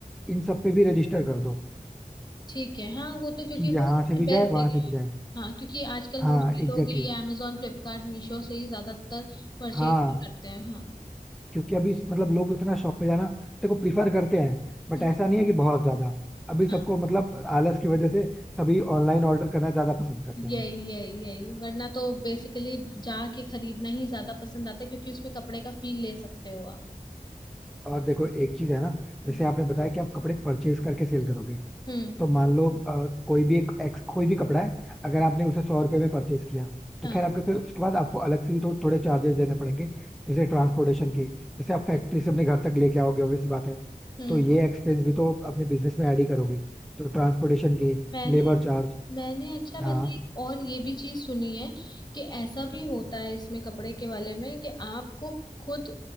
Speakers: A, in the centre; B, on the left (about 30°).
A: इन सब पे भी रजिस्टर कर दो
B: ठीक है हाँ वो तो क्योंकि
A: कि यहाँ
B: वो सबसे
A: से भी
B: बेस्ट
A: जाए वहां
B: जगह
A: से भी
B: है
A: जाए
B: हाँ क्योंकि आजकल
A: हाँ
B: मोस्टली
A: एग्जैक्टली
B: लोग ये
A: exactly.
B: अमेजोन फ्लिपकार्ट मीशो से ही ज्यादातर परचेज
A: हाँ
B: भी करते हैं हाँ
A: क्योंकि अभी इस- मतलब लोग इतना शॉप पे जाना देखो प्रीफर करते हैं बट
B: हम्म,
A: ऐसा नहीं है कि बहुत ज्यादा अभी सबको
B: हाँ
A: मतलब आलस की वजह से सभी ऑनलाइन ऑर्डर करना ज्यादा पसंद करते
B: यही
A: हैं
B: यही यही वरना तो बेसिकली जाके खरीदना ही ज्यादा पसंद आता है क्योंकि उसमें कपड़े का फील ले सकते हो आप
A: और देखो एक चीज है ना जैसे
B: हम्म
A: आपने बताया कि आप कपड़े परचेज करके सेल करोगे
B: हम्म,
A: तो मान लो अ, कोई भी एक ex- कोई भी कपड़ा है अगर आपने उसे सौ रुपए में परचेज किया तो
B: हाँ
A: खैर आपके फिर उसके बाद आपको अलग से भी तो थोड़े चार्जेस देने पड़ेंगे जैसे ट्रांसपोर्टेशन के जैसे आप फैक्ट्री से अपने घर तक लेके आओगे obvious सी बात है
B: हम्म
A: तो ये एक्सपेंस भी तो अपने बिजनेस में ऐड ही करोगे तो ट्रांसपोर्टेशन के
B: मैंने
A: लेबर चार्ज
B: मैंने अच्छा वैसे
A: हाँ
B: एक और ये भी चीज सुनी है कि ऐसा भी होता है इसमें कपड़े के वाले में कि आपको खुद